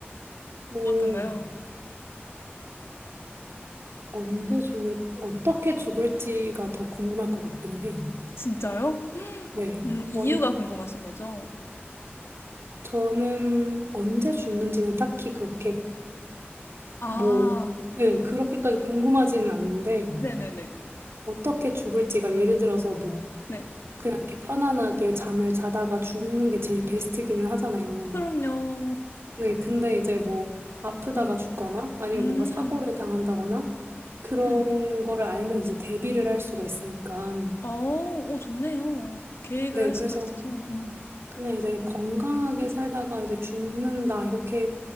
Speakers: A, on the right; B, on the left.
A: 오,
B: 어떤가요?
A: 언제 죽을, 어떻게 죽을지가 더 궁금할 것 같기는 해요.
B: 진짜요?
A: 네.
B: 음, 이유가
A: 원,
B: 궁금하신 거죠?
A: 저는 언제 죽는지는 딱히 그렇게,
B: 아,
A: 뭐, 네, 그렇게까지 궁금하지는 않은데,
B: 네네네.
A: 어떻게 죽을지가 예를 들어서 뭐,
B: 네.
A: 그냥 이렇게 편안하게 잠을 자다가 죽는 게 제일 베스트기는 하잖아요.
B: 그럼요.
A: 네, 근데 이제 뭐, 아프다가
B: 음,
A: 죽거나, 아니면
B: 음,
A: 뭔가 사고를 당한다거나, 그런
B: 네.
A: 거를 알면 이제 대비를 할 수가 있으니까,
B: 어, 오, 좋네요. 계획을
A: 네,
B: 할
A: 그래서
B: 수가 있어서, 음,
A: 그냥 이제 건강하게 살다가 이제 죽는다 이렇게